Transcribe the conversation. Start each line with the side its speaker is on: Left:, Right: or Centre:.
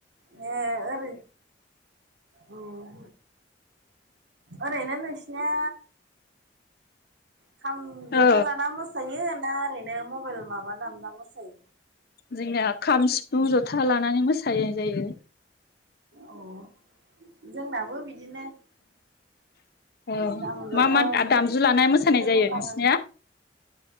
Right: नो ओरै उम ओरैनो नोंसि निया खाम जथा
Left: औ
Right: लाना मोस सायो ना ओरैनो मबाइल माबा दामना मोसायो
Left: जोंनिया खाम सिफुं जथा लानानै मोसानाय जायो
Right: औ‌ जोंनाबो बिदिनो
Left: औ
Right: खाम जथा
Left: मा मा दा-दामजु लानाय‌ मोसानाय
Right: बेफोरखौ
Left: जायो
Right: लानानै
Left: नोंसिनिया